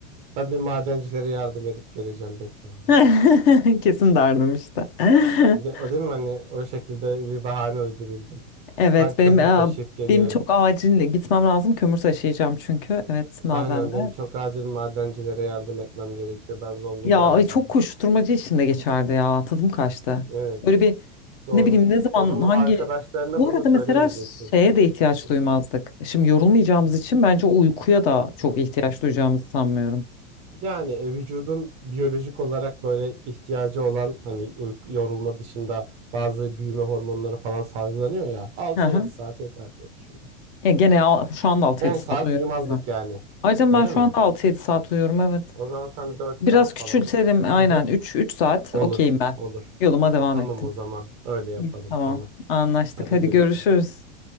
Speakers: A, on the right; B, on the left.
A: Ben bir madencilere yardım edip geleceğim, bekle. bana."
B: <laughs> Kesin derdim işte. <laughs>
A: De, o değil mi hani o şekilde bir bahane uydururdun.
B: Evet
A: Ben kömür
B: benim e,
A: taşıyıp geliyorum.
B: benim çok acil gitmem lazım. Kömür taşıyacağım çünkü. Evet madende.
A: Aynen benim çok acil madencilere yardım etmem gerekiyor. Ben Zonguldak'a
B: Ya
A: gidiyorum.
B: ay, çok koşturmacı içinde geçerdi ya. Tadım kaçtı.
A: Evet,
B: Böyle bir
A: doğru.
B: ne bileyim ne zaman
A: O zaman
B: hangi
A: arkadaşlarına
B: Bu
A: bunu
B: arada
A: söylemeyeceksin.
B: mesela şeye de ihtiyaç
A: Hı,
B: duymazdık. Şimdi yorulmayacağımız
A: hı,
B: için bence uykuya da çok
A: hı.
B: ihtiyaç duyacağımızı sanmıyorum.
A: Yani e, vücudun biyolojik olarak böyle ihtiyacı olan hani uy- yorulma dışında bazı büyüme hormonları falan salgılanıyor ya Altı
B: Hı hı.
A: yedi saat yeter diye düşünüyorum.
B: E, gene al- şu anda altı
A: 10
B: yedi saat
A: saat
B: uyuyorum.
A: uyumazdık
B: değil mi?
A: yani.
B: Ayrıca
A: Öyle
B: ben şu
A: mi?
B: anda altı yedi saat uyuyorum evet.
A: O zaman sen 4
B: Biraz
A: saat
B: küçültelim
A: falan bir... <laughs>
B: aynen
A: Hı hı.
B: 3 3 saat
A: Olur,
B: okeyim ben.
A: olur.
B: Yoluma devam
A: Tamam
B: ettim.
A: o zaman öyle yapalım
B: İyi. Tamam
A: tamam.
B: anlaştık
A: Hadi
B: hadi
A: görüşürüz.
B: görüşürüz.